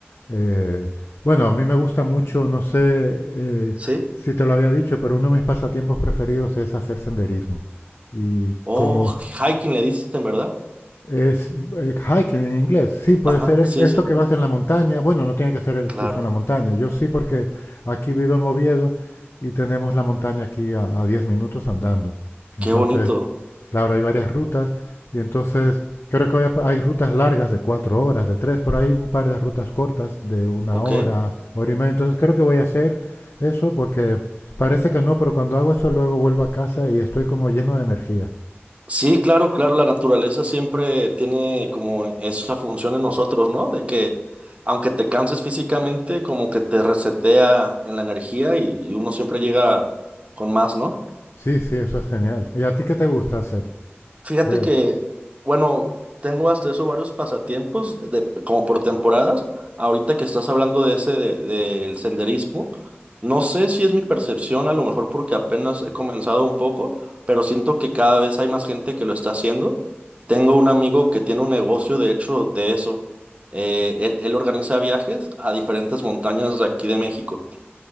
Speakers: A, on the left; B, on the right.
A: Eh, bueno, a mí me gusta mucho, no sé eh,
B: ¿Sí?
A: si te lo había dicho, pero uno de mis pasatiempos preferidos es hacer senderismo. Y
B: Oh,
A: como
B: hiking le dicen, ¿verdad?
A: es eh, hiking en inglés, sí, puede
B: Ajá,
A: ser es-
B: sí,
A: esto
B: sí,
A: que vas en la montaña, bueno, no tiene que ser el-
B: claro.
A: justo en la montaña, yo sí porque aquí vivo en Oviedo y tenemos la montaña aquí a, a 10 minutos andando. Entonces...
B: Qué bonito,
A: Claro, hay varias rutas y entonces creo que voy hay rutas largas de cuatro horas, de tres, pero hay un par de rutas cortas de una
B: ¿ok?
A: hora, hora y media. Entonces creo que voy a hacer eso porque parece que no, pero cuando hago eso luego vuelvo a casa y estoy como lleno de energía.
B: Sí, claro, claro, la naturaleza siempre tiene como esa función en nosotros, ¿no? De que aunque te canses físicamente, como que te resetea en la energía y, y uno siempre llega con más, ¿no?
A: Sí, sí, eso es genial. ¿Y a ti qué te gusta hacer?
B: Fíjate
A: De,
B: que, bueno, tengo hasta eso varios pasatiempos, de- de- como por temporadas. Ahorita que estás hablando de ese, de- del senderismo, no sé si es mi percepción, a lo mejor porque apenas he comenzado un poco, pero siento que cada vez hay más gente que lo está haciendo. Tengo un amigo que tiene un negocio, de hecho, de eso. Eh, él, él organiza viajes a diferentes montañas de aquí de México